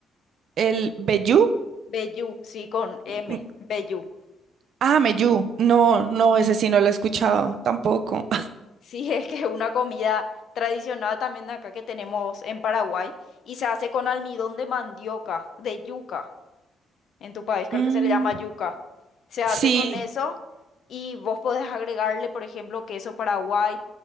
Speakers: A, on the right (about 65°); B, on the left (about 65°).
A: el vellú.
B: Vellú, sí, con M,
A: mm,
B: vellú.
A: Ah, meyú. No,
B: Bello.
A: no, ese sí no lo he escuchado tampoco.
B: Sí, <laughs> es que es una comida tradicional también de acá que tenemos en Paraguay y se hace con almidón de mandioca, de yuca. En tu país creo
A: Mm,
B: que se le llama yuca. Se hace
A: sí,
B: con eso y vos podés agregarle, por ejemplo, queso Paraguay,